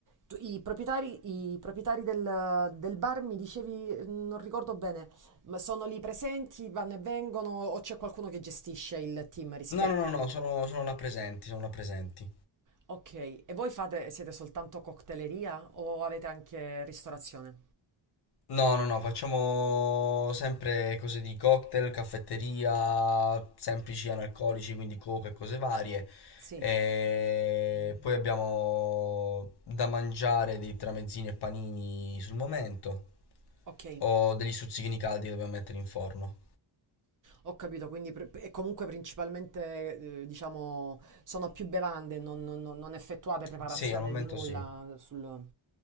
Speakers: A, on the right; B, on the left.
A: tu- i proprietari, i proprietari del, del bar mi dicevi, non ricordo bene, ma sono lì presenti, vanno e vengono o c'è qualcuno che gestisce il team rispetto
B: No, no, no,
A: a...
B: no, sono, sono là presenti, sono là presenti.
A: Ok, e voi fate, siete soltanto cocktaileria o avete anche ristorazione?
B: No, no, no, facciamo sempre cose di cocktail, caffetteria, semplici analcolici, quindi coca e cose varie.
A: Sì,
B: E poi abbiamo da mangiare dei tramezzini e panini sul momento,
A: ok.
B: o degli stuzzichini caldi che dobbiamo mettere in forno.
A: Ho capito, quindi pre- e comunque principalmente, eh, diciamo, sono più bevande, non, non- non- non effettuate preparazione
B: Sì, al momento
A: di nulla
B: sì.
A: sul...